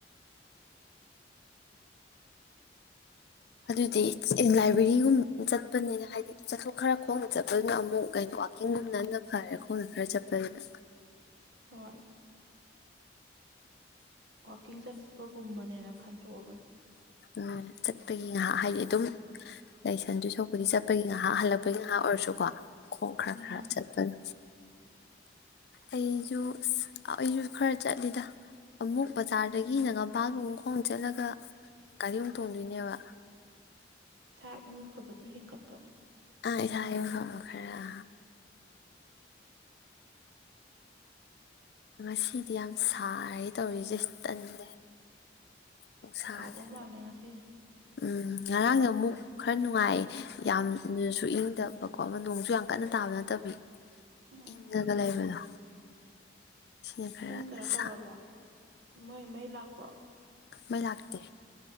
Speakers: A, on the left (about 60°); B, on the right (about 65°).
A: ꯑꯗꯨꯗꯤ ꯂꯥꯏꯕ꯭ꯔꯦꯔꯤꯒꯨꯝꯕ ꯆꯠꯄꯅꯤꯅ ꯍꯥꯏꯗꯤ ꯑꯗꯨ ꯆꯠꯊꯣꯛ ꯈꯔ ꯈꯣꯡꯅ ꯆꯠꯄꯗꯨꯅ ꯑꯃꯨꯛ ꯀꯩꯅꯣ ꯋꯥꯛꯀꯤꯡꯒꯨꯝꯕꯅꯟꯅ ꯐꯔꯦ ꯈꯣꯡꯅ ꯈꯔ ꯆꯠꯄꯅꯤꯅ
B: ꯍꯣꯏ ꯋꯥꯛꯀꯤꯡ ꯆꯠꯄꯒꯨꯝꯕꯅꯦꯅ ꯈꯟꯇꯣꯛꯑꯕꯅꯤ
A: ꯎꯝ ꯆꯠꯄꯒꯤ ꯉꯥꯏꯍꯥꯛ ꯍꯥꯏꯗꯤ ꯑꯗꯨꯝ ꯂꯥꯏꯁꯟꯗꯨ ꯁꯄꯗꯤ ꯆꯠꯄꯒꯤ ꯉꯥꯏꯍꯥꯛ ꯍꯜꯂꯛꯄꯒꯤ ꯉꯥꯏꯍꯥꯛ ꯑꯣꯏꯔꯁꯨꯀꯣ ꯈꯣꯡ ꯈꯔ
B: ꯎꯝ
A: ꯈꯔ ꯆꯠꯄꯗꯣ ꯑꯩꯁꯨ ꯑꯩꯁꯨ ꯈꯔ ꯆꯠꯂꯤꯗ ꯑꯃꯨꯛ ꯕꯖꯥꯔꯗꯒꯤꯅ ꯉꯄꯥꯕ ꯃꯈ ꯈꯣꯡ ꯆꯠꯂꯒ ꯒꯥꯔꯤꯃꯨꯛ ꯇꯣꯡꯗꯣꯏꯅꯦꯕ
B: ꯥ ꯏꯎ ꯐꯕꯗꯤ ꯍꯦꯟꯒꯠꯄ
A: ꯑ ꯊꯨ ꯍꯥꯎ ꯈꯔ ꯉꯁꯤꯗꯤ ꯌꯥꯝ ꯁꯥꯔꯦ ꯇꯧꯔꯤꯁꯦ ꯇꯜꯂꯦ ꯄꯁꯁꯦ
B: ꯁꯥꯗꯧ ꯃꯥꯜꯂꯦ ꯉꯁꯤꯁꯦ
A: ꯎꯝ ꯉꯔꯥꯡꯗ ꯑꯃꯨꯛ ꯈꯔ ꯅꯨꯡꯉꯥꯏꯌꯦ ꯌꯥꯝꯅꯁꯨ ꯏꯪꯗꯕꯀꯣ ꯅꯣꯡꯁꯨ ꯌꯥꯝ ꯀꯟꯅ ꯇꯥꯕ ꯅꯠꯇꯕꯤ
B: ꯎꯝ
A: ꯏꯪꯉꯒ ꯂꯩꯕꯗꯣ ꯑꯁꯤꯅ ꯈꯔ
B: ꯅꯪ ꯀꯩꯅꯣ
A: ꯁꯥ
B: ꯇꯧꯔꯕ ꯃꯩ ꯃꯩ ꯂꯥꯛꯄ꯭ꯔꯣ
A: ꯃꯩ ꯂꯥꯛꯇꯦ